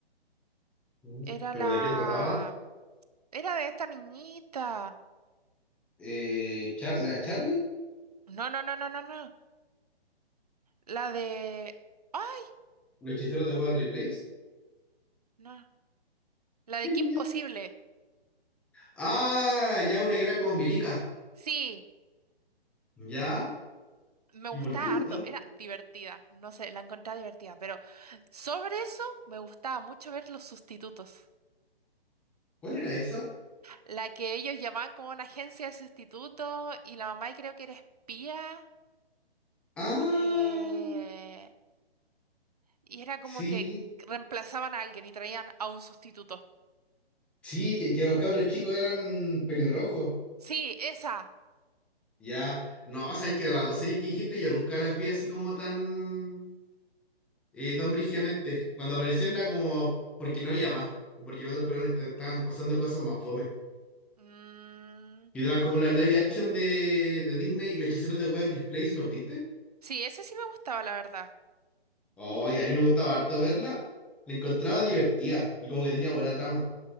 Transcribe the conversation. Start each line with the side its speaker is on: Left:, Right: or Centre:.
Centre: Mm.
Right: Era
Centre: ¿Pero
Right: la...
Centre: de qué trataba?
Right: Era de esta niñita.
Centre: Eh, Char- ¿la de Charlie?
Right: No, no, no, no, no, no. La de... Ay,
Centre: ¿Los hechiceros de Waverly Place?
Right: no. La de
Centre: ¿Qué niña?
Right: Kim Possible.
Centre: Ah, ya una que era como Milica.
Right: Sí,
Centre: ¿Ya?
Right: me
Centre: ¿Y
Right: gustaba
Centre: por qué te gustaba?
Right: harto. Era divertida. No sé, la encontré divertida. Pero sobre eso me gustaba mucho ver los sustitutos.
Centre: ¿Cuál era esa?
Right: La que ellos llamaban como una agencia de sustitutos y la mamá creo que era espía.
Centre: Ah,
Right: eh, y era como
Centre: sí.
Right: que reemplazaban a alguien y traían a un sustituto.
Centre: Sí, que, que los cabros chicos eran pelirrojos.
Right: Sí, esa.
Centre: Ya. No, o sea, es que las dos series que dijiste yo nunca las vi así como tan... eh, tan brígidamente. Cuando aparecían era como... Porque no había más. O porque en otros canales te- estaban pasando cosas más fome.
Right: Mm,
Centre: Y era como las live action de, de Disney, los hechiceros de Waverly Place, ¿los viste?
Right: sí, esa sí me gustaba, la verdad.
Centre: Oye, a mí me gustaba harto verla. La encontraba divertida y como que tenía buena trama.